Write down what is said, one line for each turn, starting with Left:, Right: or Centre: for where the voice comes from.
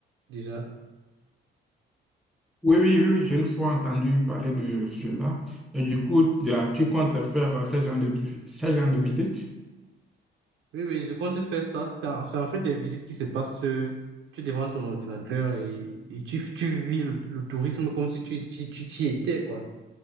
Right: déjà.
Centre: Oui, oui, oui, oui, j'ai une fois entendu parler de cela. Et du coup, tu tu comptes faire euh, ce genre de, vi- ce genre de visite?
Right: Oui, oui, je compte faire ça. C'est en, c'est en fait des visites qui se passent. euh, tu es devant ton ordinateur et, et tu, tu vis le, le tourisme comme si tu, tu, tu t'y étais, quoi.